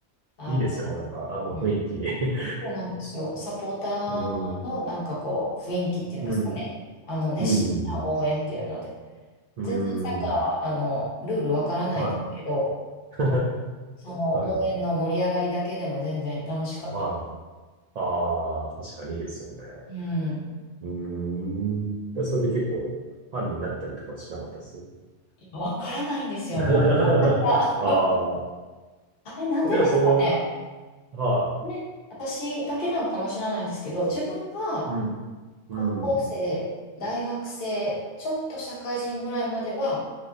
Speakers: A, on the left (about 50°); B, on the right (about 60°).
A: あの
B: いいですよね。なんか、あの雰囲気。
A: うん
B: <laughs>
A: そうなんですよ。サポータ
B: うん。
A: ーのなんかこう、雰囲気っていうんですかね。
B: うん。
A: あの、熱心な応援っていうので。
B: うん。うん。うん。
A: 全然サッカーは、
B: うん。
A: あの、ルールわからないんですけど、
B: はい。<laughs>
A: あその応援の盛り上がりだけでも全然楽しかったです。
B: はい。はい。ああ、確かにいいですよね。
A: うん。
B: うーん。でそれで結構、ファンになったりとかしなかったです。
A: いやわからないんですよ、
B: <laughs>
A: もう。いや、
B: ああ。
A: <laughs> あれなんでですかね。
B: でも、その、は
A: ね、私だけなんかもしれないんですけど、自分が
B: い。うん。うん。
A: 高校生、大学生、ちょっと社会人ぐらいまでは、